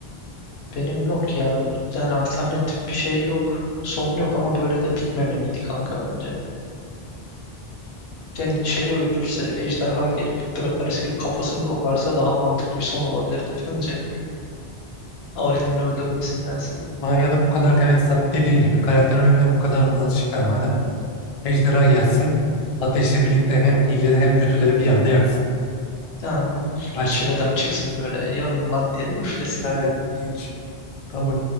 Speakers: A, on the left (about 80°); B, on the left (about 45°).
A: Benim yok ya. Yani alternatif bir şey yok. Son yok ama böyle de bitmemeliydi kanka bence. Yani şeyi öldürse, ejderha gelip, Drakaris gelip kafasını koparsa daha mantıklı bir son olabilirdi <laughs> bence. Arya'nın öldürmesindense.
B: Aa, ya da bu kadar evet sa- dediğin gibi karakter ölümüne bu kadar alışıklar madem. Ejderha gelsin. Ateşle birlikte hem iyileri hem kötüleri bir anda yaksın.
A: Ha,
B: Hadi.
A: çileden çıksın böyle yanımlan diye üflesin.
B: Evet. Hiç. Abi